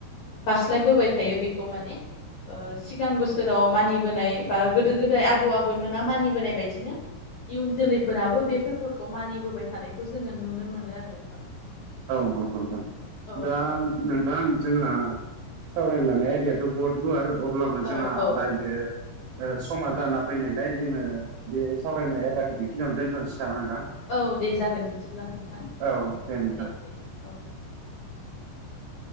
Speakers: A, on the left; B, on the right.
A: बास्लायबोबाय थायो बेखौ माने ओ सिगां बोसोराव मानिबोनाय बा गोदो गोदाय आबौ आबैमोना मानिबोनाय बायदिनो इयुन जोलैफोराबो बे फोरबोखौ मानिबोबाय थानायखौ जोङो नुनो मोनो आरो नोंथां।
B: औ नंगौ नोंथां
A: औ
B: दा
A: नोंथां
B: नोंथां जोंहा सावरायनो लानाय आयदायाथ' बहुद गुवार अब्लाबो जोंहा
A: औ औ
B: दायो ओ समा जाना फैनायलाय जोङो बे सावरायनाय आयदाखौ बेखिनियावनो दोनथ'नोसै। नामा नोंथां
A: औ दे जागोन बिदिब्ला नोंथां
B: औ नोंथां
A: दे दे औ